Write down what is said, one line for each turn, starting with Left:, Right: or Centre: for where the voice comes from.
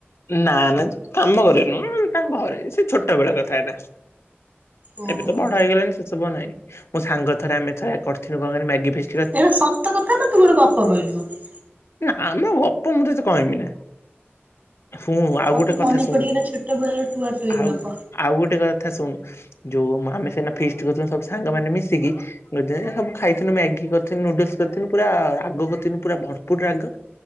Left: ନା ନା ଯୋଉଠି କାମ କରେ ନୁହଁ ତାଙ୍କ ଘରେ ସିଏ ଛୋଟବେଳ କଥା ଏଟା
Right: ଓହୋ।
Left: ଏବେ ତ ବଡ ହେଇଗଲାଣି ସେ ସବୁ ଆଉ ନାହିଁ ମୋ ସାଙ୍ଗ ଥରେ ଆମେ ଥରେ କରିିଥିନୁ କଣ କହନି ମ୍ୟାଗି ଫିଷ୍
Right: ଏଇଗୁଡା ସତ କଥା ନା ତୁ ଗୋଟେ ଗପ କହିଲୁ ମତେ
Left: ନା ଆମେ ଗପ ମୁଁ ତତେ କହିମି ନା ଶୁଣୁ ଆଉ
Right: ମତେ
Left: ଗୋଟେ କଥା
Right: ମନେ
Left: ଶୁଣ
Right: ପଡିଗଲା ଛୋଟ ବେଳର ଟୁଆ ଟୁଇଁ
Left: ଆଉ
Right: ଗପ।
Left: ଆଉ ଗୋଟେ କଥା ଶୁଣୁ ଯୋଉ ମା ଆମେ ସେନା ଫିଷ୍ଟ୍ କରୁଥୁଲୁ ସବୁ ସାଙ୍ଗମାନେ ମିଶିକି ବୋଝାଏ ସବୁ ଖାଇଥିନୁ ମ୍ୟାଗି କରିଥିନୁ ନୁଡୁଲସ୍ କରିଥିନୁ ପୁରା ରାଗ କରିଥିନୁ ପୁରା ଭରପୁର୍ ରାଗ